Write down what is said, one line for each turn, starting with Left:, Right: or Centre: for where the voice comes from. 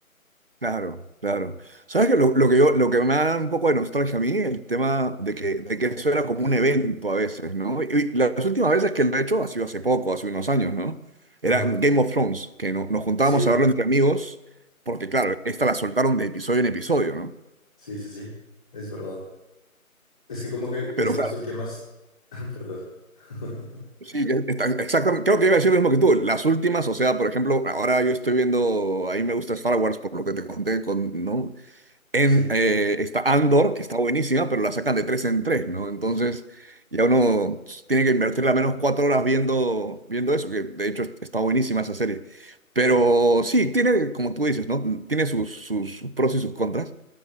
Right: Claro, claro. ¿Sabes qué? Lo, lo que yo, lo que me da un poco de nostalgia a mí, el tema de que, de que eso era como un evento a veces, ¿no? Y, y las últimas veces que lo he hecho ha sido hace poco, hace unos años, ¿no? Era
Centre: Ajá.
Right: Game of Thrones, que no- nos juntábamos
Centre: Sí,
Right: a verlo entre amigos, porque claro, esta la soltaron de episodio en episodio, ¿no?
Centre: sí, sí, sí, es verdad. Es que como que
Right: Pero
Centre: estas
Right: claro,
Centre: últimas, <laughs> perdón. <laughs>
Right: sí, que está- exactamente, creo que iba a decir lo mismo que tú. Las últimas, o sea, por ejemplo, ahora yo estoy viendo, a mí me gusta Star Wars, por lo que te conté, con, ¿no? En,
Centre: Sí,
Right: eh, está Andor, que está buenísima, pero la sacan de tres en tres, ¿no? Entonces ya uno tiene que invertirle al menos cuatro horas viendo, viendo eso, que de hecho está buenísima esa serie. Pero sí, tiene, como tú dices, ¿no? Tiene sus, sus sus pros y sus contras.